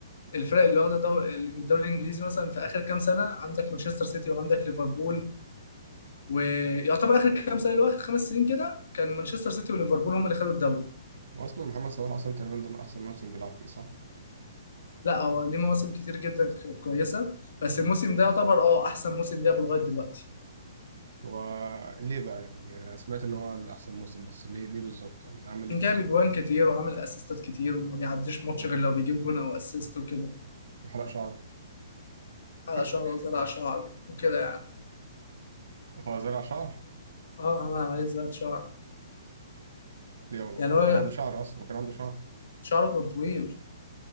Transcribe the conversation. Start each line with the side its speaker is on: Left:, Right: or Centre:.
Left: الفرق اللي واخده دور- الدوري الانجليزي مثلا في اخر كام سنه عندك مانشستر سيتي وعندك ليفربول ويعتبر اخر كام سنه اللي هو اخر خمس سنين كده كان مانشستر سيتي وليفربول هم اللي خدوا الدوري
Right: واصلا محمد صلاح اصلا تقريبا ده من احسن موسم بيلعب فيه صح
Left: لا هو ليه مواسم كتير جدا كانت كويسه بس الموسم ده يعتبر اه احسن موسم لعبه لغايه دلوقتي
Right: هو ليه بقى يعني يعني انا سمعت ان هو من احسن موسم بس ليه ليه بالظبط يعني عمل ايه
Left: جايب
Right: بالظبط
Left: اجوان كتير وعامل اسيستات كتير وما بيعديش ماتش
Right: يعني
Left: غير لو بيجيب جون او اسيست وكده
Right: حرق شعره
Left: حلق
Right: <laughs>
Left: شعره وزرع شعر وكده يعني
Right: هو زرع شعر
Left: اه عمل عملية زراعة شعر
Right: ليه هو
Left: يعني
Right: هو
Left: هو
Right: كان عنده شعر اصلا هو كان عنده شعر
Left: شعره كان طويل